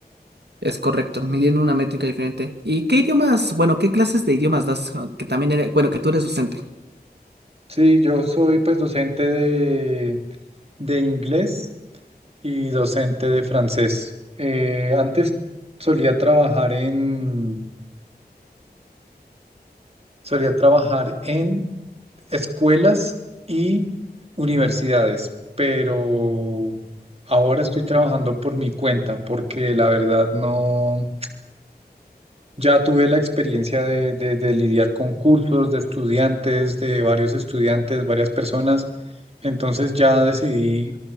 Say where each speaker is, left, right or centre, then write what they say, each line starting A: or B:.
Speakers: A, on the right (about 85°); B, on the right (about 35°).
A: Es correcto, midiendo una métrica diferente. ¿Y qué idiomas, bueno, qué clases de idiomas das? Ah, Que también eres, bueno, que tú eres docente.
B: Sí, yo soy pues docente de, de inglés y docente de francés. Eh, antes solía trabajar en, solía trabajar en escuelas y universidades, pero ahora estoy trabajando por mi cuenta porque la verdad no, ya tuve la experiencia de, de- de lidiar con cursos de estudiantes, de varios estudiantes, varias personas. Entonces ya decidí